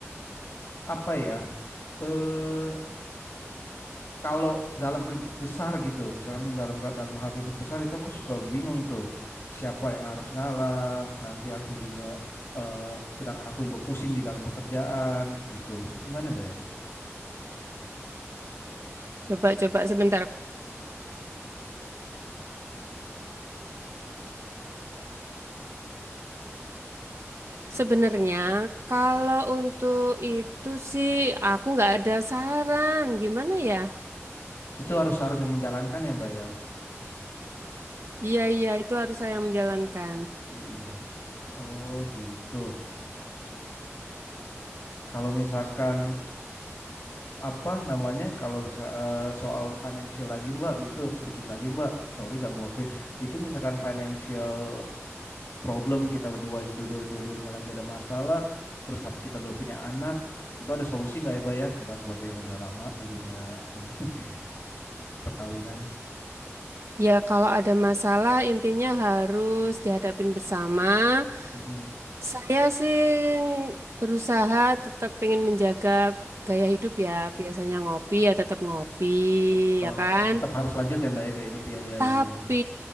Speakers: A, on the left; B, on the right.
A: apa ya? Eh kalau dalam ribut besar gitu, misalkan dalam dalam hal ribut besar itu aku suka bingung tuh siapa yang harus ngalah. Nanti aku juga eh, sedangkan aku juga pusing di dalam pekerjaan gitu. Gimana Mbak ya?
B: Coba-coba sebentar. Sebenarnya kalau untuk itu sih aku nggak ada saran, gimana ya?
A: Itu harus harus yang menjalankan ya Mbak ya.
B: Iya, iya, itu harus saya yang menjalankan.
A: Iya. Oh gitu. Kalau misalkan apa namanya? Kalau bisa soal financial lagi Mbak, itu sedikit lagi Mbak. Sorry ganggu waktu. ya. Itu misalkan financial problem kita dua dua-duanya lagi ada masalah terus tapi kita dua punya anak itu ada solusi nggak ya Pak ya Mbak sebagai yang udah lama di dunia ini <laughs> perkawinan
B: Ya, kalau ada masalah intinya harus dihadapin bersama.
A: Mm-mm.
B: Saya sih berusaha tetap pengen menjaga gaya hidup ya. Biasanya ngopi ya tetap ngopi,
A: Eh,
B: ya kan?
A: tetap harus lanjut ya Mbak ya gaya hidup ya ya
B: Tapi
A: ya ya. Mm-mm.